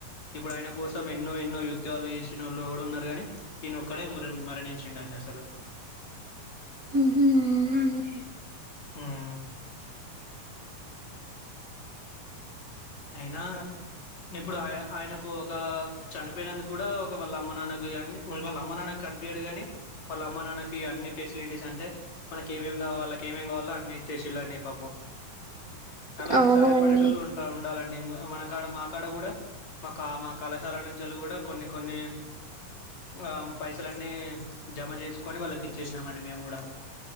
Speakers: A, on the left; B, on the right.
A: ఇప్పుడు ఆయన కోసం ఎన్నో ఎన్నో యుద్ధాలు చేసినోళ్ళు కూడా ఉన్నారు కానీ ఈయన ఒక్కడే మరణించిండ అండి అసలు
B: హ్మ్ హు అవునండి
A: మ్మ్ అయినా ఇప్పుడు ఆయ ఆయన కో ఒక చనిపోయినందుకు కూడా ఒక వాళ్ళ అమ్మ నాన్నకు వాళ్ళ అమ్మ నాన్నకు కనిపియ్యడు గాని వాళ్ళ అమ్మ నాన్నకి అన్ని ఫెసిలిటీస్ అంటే మనకి ఏమేమి కా వాళ్ళకి ఏమేమి కావాలో అన్ని ఇచ్చసిళ్ళండి ఈ పాపం అలాంటి
B: అవునండి
A: సాయపడేటోళ్ళు ఉంటా ఉన్ అలా నే మన కాడ మా కాడ కూడా మా కా మా కళాశాల నుంచి వాళ్ళు కూడా కొన్ని కొన్ని ఆ పైసలన్నీ జమ చేసుకొని వాళ్ళకి ఇచ్చేసినామండి మేము కూడా